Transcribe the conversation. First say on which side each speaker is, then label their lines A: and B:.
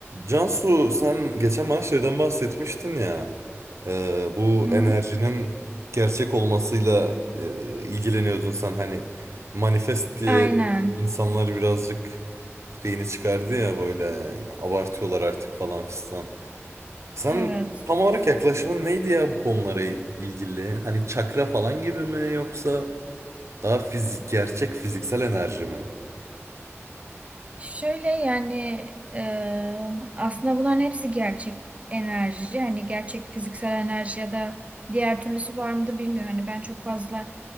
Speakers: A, on the right; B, on the right.
A: Cansu sen geçen bana şeyden bahsetmiştin ya e, bu
B: Hı
A: enerjinin
B: hı.
A: gerçek olmasıyla e, ilgileniyordun sen hani manifest diye
B: Aynen.
A: insanlar birazcık şeyini çıkardı ya böyle abartıyorlar artık falan fistan. Sen
B: Evet.
A: tam olarak yaklaşımın neydi ya bu konulara ilgili? Hani çakra falan gibi mi yoksa daha fizik gerçek fiziksel enerji mi?
B: Şöyle yani e, aslında bunların hepsi gerçek enerji. Hani gerçek fiziksel enerji ya da diğer türlüsü var mıdır bilmiyorum. Hani ben çok fazla